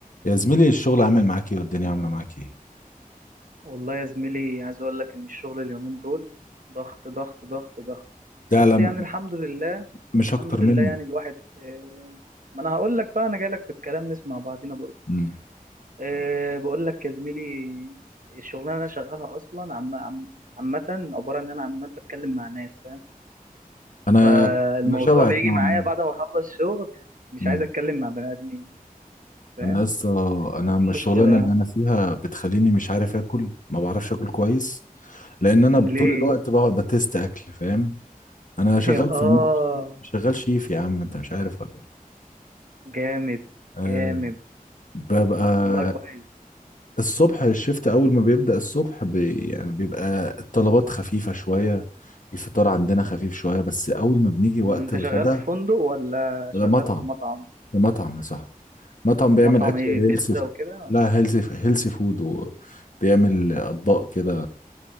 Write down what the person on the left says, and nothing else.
يا زميلي الشغل عامل معاك ايه والدنيا عامله معاك ايه
ده
لا
مش
اكتر
مني
امم
انا
انا شبهك
نوعا
ما
امم
انا لسه انا م-
الشغلانه
اللي انا فيها بتخليني مش عارف اكل ما بعرفش اكل كويس لان انا
طول الوقت بقعد بتست اكل فاهم انا شغال
في
الم... شغال شيف يا عم انت مش عارف ولا ايه
أه
ببقى
الصبح الشفت اول ما بيبدأ الصبح بي يعني بيبقى الطلبات خفيفة شوية الفطار عندنا خفيف شوية بس اول ما بنيجي
وقت
الغداء
لا
مطعم
مطعم يا صاحبي مطعم بيعمل
اكل
هيلثي
لا هيلثي هيلثي فود وبيعمل اطباق كده